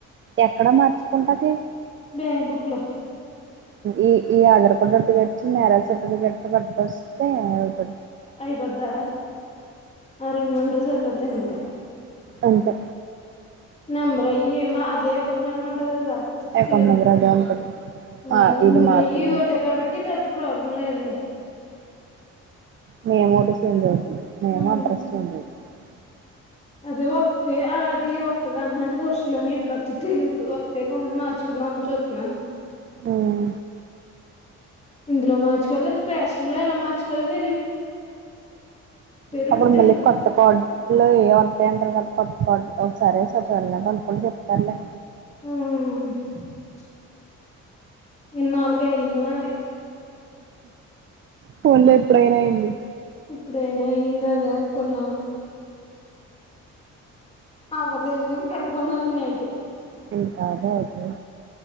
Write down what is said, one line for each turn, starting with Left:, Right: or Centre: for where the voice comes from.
Right: ఎక్కడ మార్చుకుంటాకి
Left: బ్యాంక్ బుక్ లో
Right: ఈ ఈ ఆధార్ కార్డు తట్టుకచ్చి మ్యారేజ్ సర్టిఫికెట్ ఏట్టుకొస్తే అ
Left: అయిపోద్దా ఆ రెండు ఉంటే సరిపోద్దేమో ఇంకా
Right: అంతే
Left: నెంబర్ అయి ఏ మా అదే అకౌంట్ నెంబర్ ఉంటది కదా
Right: అకౌంట్
Left: సేమ్
Right: నెంబర్ అదే ఉంటది
Left: ఉం
Right: ఆ ఇది
Left: ఊరయ్యి
Right: మారుతదంతే
Left: ఒకటే కాబట్టి పెద్ద ప్రాబ్లం లేదు లే
Right: మేమోటి సెం జోజీ నేమ్
Left: ఉమ్
Right: అడ్రస్ సెం జి <unintelligible>
Left: అదే వస్తే అది వత్తది అంటున్నాడు పోస్ట్లోని ఎప్పుడు వత్త తెలీదు వస్తే గమని మార్చుకు న <unintelligible> చతున్నా
Right: ఉం
Left: ఇందులో మార్చకోవాలి ఫేషన్ లో <unintelligible> ఎలా మార్చుకోవాలదు
Right: అప్పుడు
Left: ఉండిపోయింది
Right: మళ్ళీ కొత్త కాడ్లు ఏ వతాయింటారు కదా కొత్త కాడ్లు ఒకసారిే సచాలనే <unintelligible> పనుకులు చెప్తారులే
Left: ఉం ఇ నాలుగు అయ్యంది మాది
Right: ఫోన్ లే ఇప్పుడైనా అయింది
Left: ఇప్పుడైనా అయ్యింది అదే అనుకున్నాను అవ్వదు ఎమో ఇంక అనుకున్నాను నేను అయితే
Right: ఇంకా అదే అవుతాధి